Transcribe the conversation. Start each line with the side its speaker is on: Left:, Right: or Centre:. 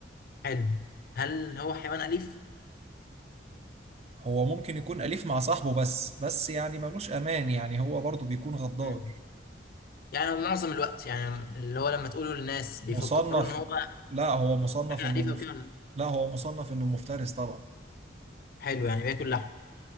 Left: حلو هل هو حيوان أليف؟
Right: هو ممكن يكون أليف مع صاحبه بس بس يعني ملوش أمان يعني هو برضه بيكون غدار
Left: مم. يعني معظم الوقت يعني اللي هو لما تقوله للناس بيفكروا
Right: مصنف
Left: إن هو
Right: لا هو مصنف
Left: حاجة
Right: إنه
Left: أليفة
Right: مف...
Left: وكده ولا لأ؟
Right: لا هو مصنف إنه مفترس طبعا
Left: حلو يعني بياكل لحم